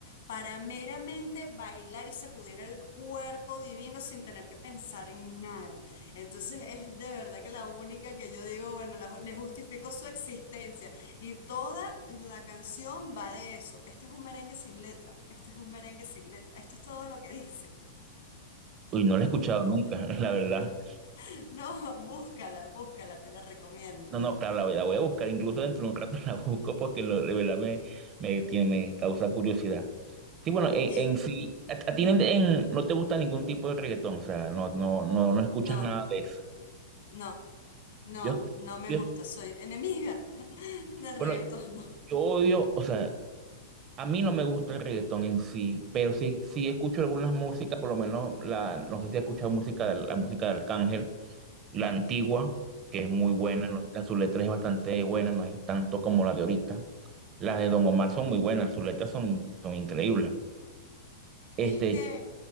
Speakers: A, on the left; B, on the right.
A: para meramente bailar y sacudir el cuerpo divino sin tener que pensar en nada. Entonces es de verdad que la única que yo digo, bueno, la- le justifico su existencia. Y toda la canción va de eso. Este es un merengue sin letra, este es un merengue sin letra, esto es todo lo que dice.
B: Uy, no la he escuchado nunca, <laughs> la verdad.
A: <laughs> No, búscala, búscala, te la recomiendo.
B: No, no, claro, la voy, la voy a buscar, incluso dentro de un rato <laughs> la busco porque lo- de verdad me, me, tiene, me causa curiosidad. Sí, bueno, en,
A: Y
B: en sí, a, a ti en- en- no te gusta ningún tipo de reggaetón, o sea, no, no, no, no escuchas
A: no,
B: nada de eso.
A: no, no,
B: Yo,
A: no me
B: yo,
A: gusta. Soy enemiga <laughs> del reggaetón,
B: bueno,
A: no.
B: yo odio, o sea, a mí no me gusta el reggaetón en sí, pero sí, sí escucho algunas músicas, por lo menos la, no sé si has escuchado música, de- la música de Arcángel. La antigua, que es muy
A: Mm,
B: buena,
A: mm.
B: no- la su letra es bastante buena, no es tanto como la de ahorita. Las de Don Omar son muy buenas, sus letras son, son increíbles. Este,
A: Es que